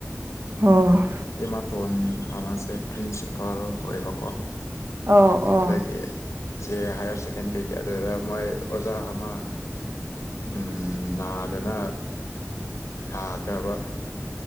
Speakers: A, on the right (about 55°); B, on the left (about 75°).
A: ꯑꯣ
B: ꯑꯦꯃꯥꯇꯣꯟ ꯑꯃꯁꯦ ꯄ꯭ꯔꯤꯟꯁꯤꯄꯜ ꯑꯣꯏꯕꯀꯣ
A: ꯑꯣ ꯑꯣ
B: ꯑꯗꯒꯤ ꯁꯤ ꯍꯥꯏꯌꯔ ꯁꯦꯀꯦꯟꯗꯔꯤꯒꯤ ꯑꯗꯨꯗ ꯃꯣꯏ ꯑꯣꯖꯥ ꯑꯃ ꯎꯝ ꯅꯥꯗꯅ ꯁꯥꯗ꯭ꯔꯕ